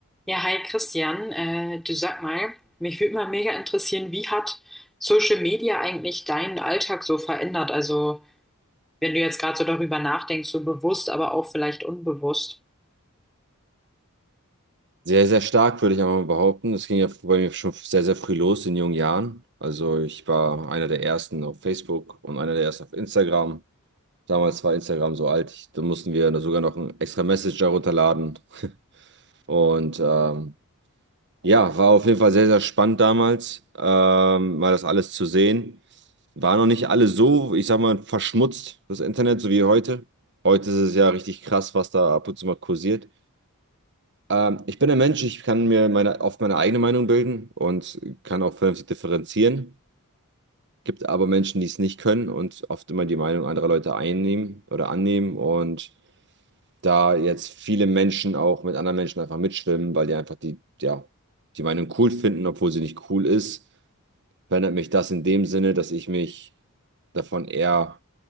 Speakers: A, in the centre; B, on the right.
A: Ja, hi Christian, äh, du sag mal, mich würde mal mega interessieren, wie hat Social Media eigentlich deinen Alltag so verändert? Also, wenn du jetzt gerade so darüber nachdenkst, so bewusst, aber auch vielleicht unbewusst.
B: Sehr, sehr stark, würde ich einmal behaupten. Das ging ja bei mir schon sehr, sehr früh los in jungen Jahren. Also ich war einer der ersten auf Facebook und einer der ersten auf Instagram. Damals war Instagram so alt, ich, da mussten wir sogar noch einen extra Messenger runterladen. Und ähm, ja, war auf jeden Fall sehr, sehr spannend damals, ähm, mal das alles zu sehen. War noch nicht alles so, ich sag mal, verschmutzt, das Internet, so wie heute. Heute ist es ja richtig krass, was da ab und zu mal kursiert. Ähm, ich bin ein Mensch, ich kann mir meine, oft meine eigene Meinung bilden und kann auch vernünftig differenzieren. Gibt aber Menschen, die es nicht können und oft immer die Meinung anderer Leute einnehmen oder annehmen. Und da jetzt viele Menschen auch mit anderen Menschen einfach mitschwimmen, weil die einfach die, ja, die Meinung cool finden, obwohl sie nicht cool ist, verändert mich das in dem Sinne, dass ich mich davon eher